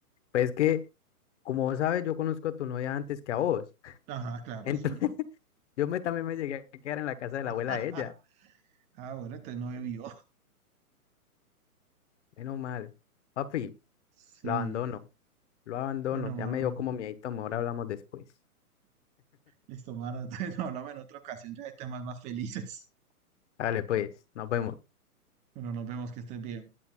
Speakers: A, on the left (about 50°); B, on the right (about 15°).
A: Pues es que, como vos sabes, yo conozco a tu novia antes que a vos.
B: Ajá, claro,
A: <laughs>
B: sí.
A: Yo me, también me llegué a quedar en la casa de la
B: <laughs>
A: abuela de ella.
B: Ah, bueno, entonces no bebió.
A: Menos mal. Papi,
B: Sí,
A: lo abandono. Lo abandono.
B: bueno, mano.
A: Ya me dio como miedito. Ahora hablamos después.
B: Listo, mano. Entonces <laughs> hablamos en otra ocasión, ya de temas más felices.
A: Dale, pues. Nos vemos.
B: Bueno, nos vemos, que estés bien.